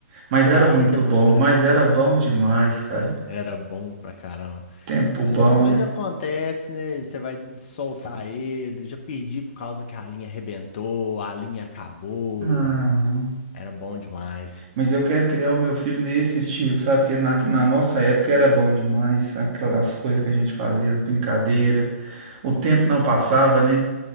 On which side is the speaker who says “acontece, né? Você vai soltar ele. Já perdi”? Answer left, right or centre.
Left